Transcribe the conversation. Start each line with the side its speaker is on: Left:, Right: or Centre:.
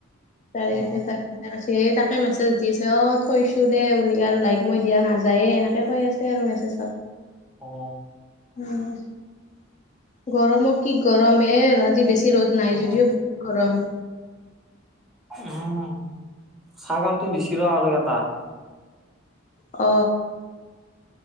Left: তাৰে
Centre: অ
Left: <unintelligible> স তাকে মেছেজ দি আছে। অ থৈছোঁ দে বুলি আৰু লাইক মই দিয়া নাযায়ে। এনেকে কৈ আছে আৰু মেছেজত।
Centre: অ
Left: ও গৰমত কি গৰম এ যদি বেছি ৰ'দ নাই
Centre: অ
Left: যদিও বহুত গৰম।
Centre: উম ছাগালটো দিছি ৰ আৰু এটা।
Left: অ।